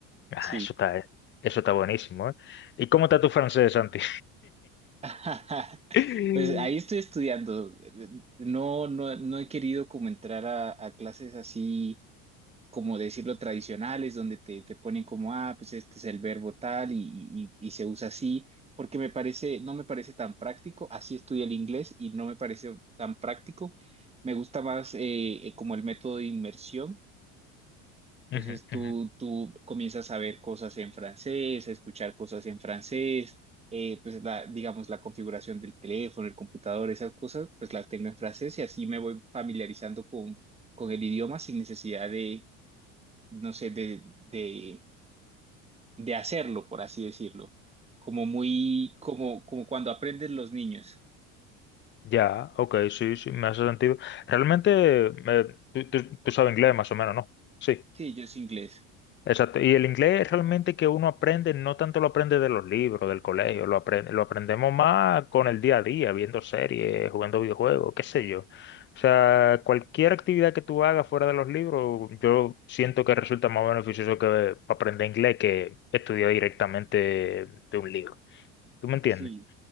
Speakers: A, on the left; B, on the right.
A: Ah,
B: sí.
A: eso está, eso está buenísimo, ¿eh? ¿Y cómo está tu francés, Santi?
B: <laughs>
A: <laughs>
B: Pues ahí estoy estudiando. No, no, no he querido como entrar a, a clases así, como decirlo, tradicionales, donde te, te ponen como, ah, pues este es el verbo tal y, y- y se usa así, porque me parece, no me parece tan práctico. Así estudié el inglés y no me parece tan práctico. Me gusta más eh, eh, como el método de inmersión entonces
A: Ujú,
B: tú,
A: ujú.
B: tú comienzas a ver cosas en francés, a escuchar cosas en francés, eh, pues la, digamos la configuración del teléfono, el computador, esas cosas, pues las tengo en francés y así me voy familiarizando con, con el idioma sin necesidad de, no sé, de, de, de hacerlo, por así decirlo. Como muy, como, como cuando aprenden los niños.
A: Ya, ok, sí, sí, me hace sentido. Realmente, eh, tú, tú- tú sabes inglés más o menos, ¿no? Sí,
B: Sí, yo es inglés.
A: exacto. Y el inglés realmente que uno aprende, no tanto lo aprende de los libros, del colegio, lo aprende, lo aprendemos más con el día a día, viendo series, jugando videojuegos, qué sé yo. O sea, cualquier actividad que tú hagas fuera de los libros, yo siento que resulta más beneficioso que aprender inglés que estudiar directamente de un libro. ¿Tú me entiendes?
B: Sí,